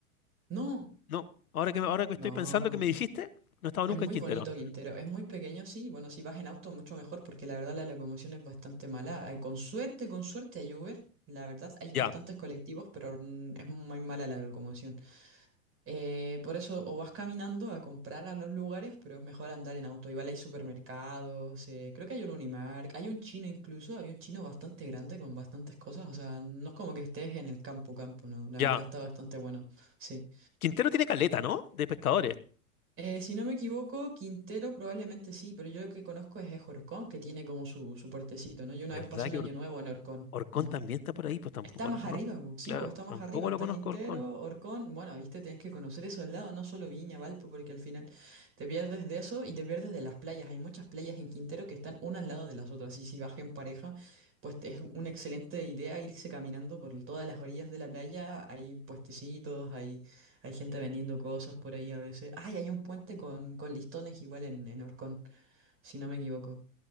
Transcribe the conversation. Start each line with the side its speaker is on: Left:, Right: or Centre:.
Right: No,
Left: No, ahora que, me- ahora que
Right: no.
Left: estoy pensando que me dijiste, no estaba
Right: Es
Left: nunca
Right: muy
Left: en Quintero.
Right: bonito Quintero, es muy pequeño, sí. Bueno, si vas en auto, mucho mejor, porque la verdad la locomoción es bastante mala. Ay, Con suerte, con suerte hay Uber. La verdad, hay bastantes
Left: Ya,
Right: colectivos, pero mm, es muy mala la locomoción. Eh, por eso o vas caminando a comprar a los lugares, pero es mejor andar en auto. Igual hay supermercados, eh, creo que hay un Unimark, hay un chino incluso, había un chino bastante grande con bastantes cosas, o sea, no es como que estés en el campo campo, no, la
Left: ya.
Right: verdad está bastante bueno, sí.
Left: Quintero tiene caleta, ¿no? De pescadores.
Right: Eh, si no me equivoco, Quintero probablemente sí, pero yo lo que conozco es Horcón, que tiene como su, su puertecito, ¿no? Yo una
Left: ¿Verdad?
Right: vez pasé un año nuevo en Horcón.
Left: Orcón
Right: Ujú.
Left: también está por ahí, pues tampoco
Right: Está más
Left: lo conozco.
Right: arriba, bu. Sí,
Left: Claro,
Right: pues está más
Left: tampoco
Right: arriba. Está
Left: lo conozco
Right: Quintero,
Left: Orcón.
Right: Orcón. Bueno, viste, tenés que conocer esos lados, no solo Viña, Valpo, porque al final te pierdes de eso y te pierdes de las playas. Hay muchas playas en Quintero que están una al lado de las otras. Y si vas en pareja, pues es una excelente idea irse caminando por todas las orillas de la playa. Hay puestecitos, hay, hay gente vendiendo cosas por ahí a veces. Ay, hay un puente con, con listones igual en, en Orcón, si no me equivoco.